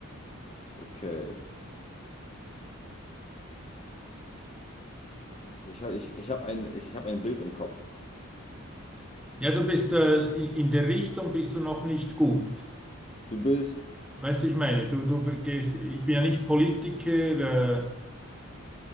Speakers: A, on the left; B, in the centre.
A: Okay. Ich, ha- ich, ich habe ein, ich, ich hab ein Bild im Kopf.
B: Ja, du bist, äh, in in der Richtung bist du noch nicht gut.
A: Du bist,
B: Weißt du, wie ich meine? Du, du gehst, ich bin ja nicht Politiker, äh,